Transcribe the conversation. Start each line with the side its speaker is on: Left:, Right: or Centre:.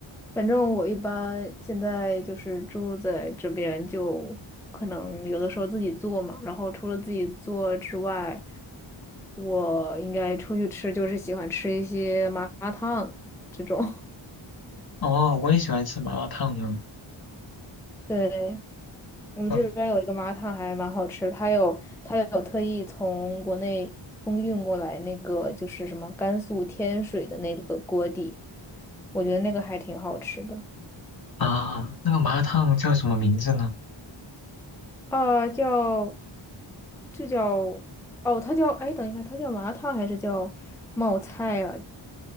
Centre: 反正我一般现在就是住在这边，就可能有的时候自己做嘛。然后除了自己做之外，我应该出去吃，就是喜欢吃一些麻辣烫这种。<laughs>
Left: 哦，我也喜欢吃麻辣烫呢。
Centre: 对，我们这边有一个麻辣烫还蛮好吃的，
Left: 嗯
Centre: 它有它有特意从国内空运过来那个就是什么甘肃天水的那个锅底，我觉得那个还挺好吃的。
Left: 啊，那个麻辣烫叫什么名字呢？
Centre: 啊、叫就叫哦，它叫哎，等一下，它叫麻辣烫还是叫冒菜啊？